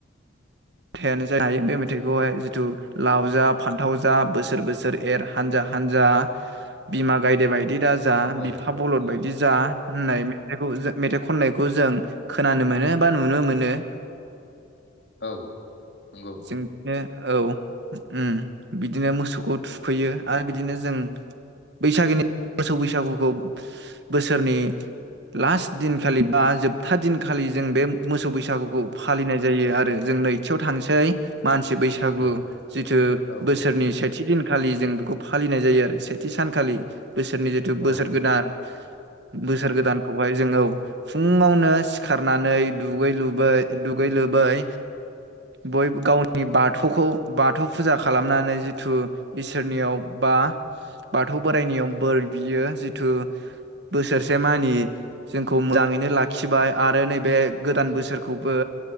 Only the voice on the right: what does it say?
मेथाइयानो जाय हायो बे मेथाइखौहाय जिथु लाव जा फान्थाव जा बोसोर बोसोर एर हानजा हानजा बिमा गायदे बायदि दा जा
बिफा बलद बायदि जा होननाय मेथाइखौ मेथाइ खननायखौ जों खोनानो मोनो बा नुनो मोनो
जों बिनो औ ओम बिदिनो मोसौखौ थुखैयो आरो बिदिनो जों बैसागोनि मोसौ बैसागुखौ बोसोरनि लास्ट दिनखालि बा जोबथा दिनखालि जों बे मोसौ बैसागुखौ फालिनाय जायो आरो जों नै खाथियाव थांनोसै मानसि बैसागु
जिथु
बोसोरनि सेथि दिन सानखालि जों बेखौ फालिनाय जायो आरो सेथि सानखालि बोसोरनि जिथु
बोसोर गोदान बोसोर गोदानखौहाय जोङो फुङावनो सिखारनानै दुगै लै दुगै लोबै बयबो गावनि बाथौखौ बाथौ फुजा खालामनानै जिथु इसोरनियाव बा बाथौ बोराइनियाव बोर बियो जिथु बोसोरसे मानि जोंखौ मोजाङैनो लाखिबाय आरो नैबे गोदान बोसोरखौबो